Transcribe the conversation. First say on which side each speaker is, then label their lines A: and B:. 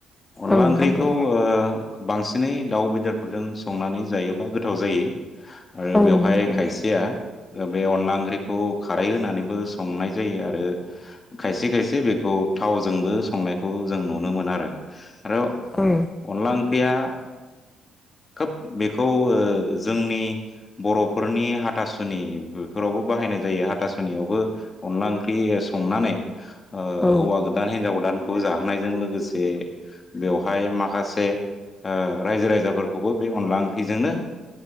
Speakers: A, on the left; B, on the left.
A: अनला
B: औ
A: ओंख्रिखौ
B: नंगौ
A: बांसिन एनै दाउ बेदरफोरजों संनानै जायोब्ला गोथाव जायो। आरो
B: औ
A: बेवहाय
B: नंगौ
A: खायसेया बे अनला ओंख्रिखौ खार नानै सनाय जायो आरो खसे खायसे बेखौ थावजोंबो संनायखौ जों आं नुनो मोन आरो आरो
B: औ
A: अनला ओंख्रिया खोब बेखौ जोंनि बर'फोरनि हाथासुनिफोरावबो बाहायनाय जायो। आाथासनियावबो अनला ओंख्रि संनानै
B: औ
A: हौवा गोदान हिनजाव गोदान खौ जाहोनायजों लोगोसे बेवहाय माखासे ओ रायजो राजाफोरखौबो बे अनला ओंख्रिजोंनो